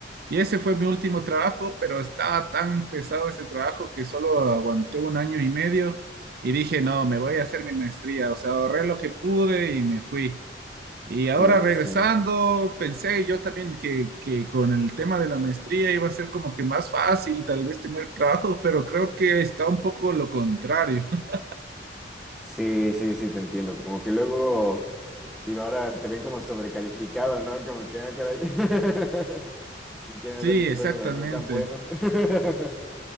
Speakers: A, on the right; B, in the centre.
A: Y ese fue mi último trabajo, pero estaba tan pesado ese trabajo que solo aguanté un año y medio Y dije, no, me voy a hacer mi maestría, o sea, ahorré lo que pude y me fui. Y ahora
B: Sí, sí,
A: regresando,
B: sí.
A: pensé yo también que, que con el tema de la maestría iba a ser como que más fácil tal vez tener trabajo, pero creo que está un poco lo contrario. <laughs>
B: Sí, sí, sí, te entiendo. Como que luego, sí, ahora te ven como sobrecalificado, ¿no? Como que, ah, caray. <laughs> Si quieres
A: Sí,
B: a alguien
A: exactamente.
B: bueno, pero no tan bueno. <laughs>